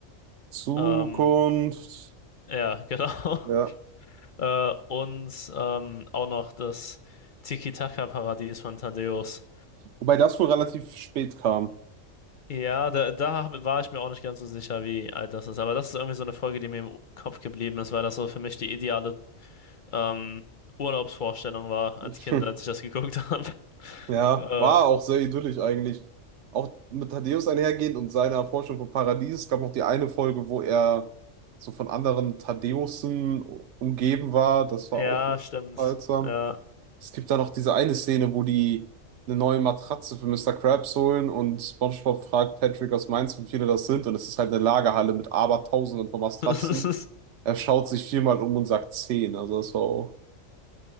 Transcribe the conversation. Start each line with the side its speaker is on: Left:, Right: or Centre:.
Right: Zukunft.
Left: Ähm, ja, <laughs> genau.
Right: Ja.
Left: Äh, und ähm, auch noch das Tiki-Taka-Paradies von Thaddäus.
Right: Wobei das wohl relativ spät kam.
Left: Ja, da, da hab- war ich mir auch nicht ganz so sicher, wie alt das ist. Aber das ist irgendwie so eine Folge, die mir im Kopf geblieben ist, weil das so für mich die ideale ähm, Urlaubsvorstellung war als
Right: <laughs>
Left: Kind, als ich das geguckt <laughs> habe.
Right: Ja,
Left: Äh,
Right: war auch sehr idyllisch eigentlich. Auch mit Thaddäus einhergehend und seiner Forschung vom Paradies. Es gab noch die eine Folge, wo er so von anderen Thaddäusen umgeben war. Das war
Left: ja,
Right: auch so
Left: stimmt.
Right: seltsam.
Left: Ja.
Right: Es gibt da noch diese eine Szene, wo die eine neue Matratze für Mister Krabs holen und SpongeBob fragt Patrick aus Mainz, wie viele das sind. Und es ist halt eine Lagerhalle mit Abertausenden von Matratzen.
Left: <laughs>
Right: Er schaut sich viermal um und sagt zehn. Also das war auch.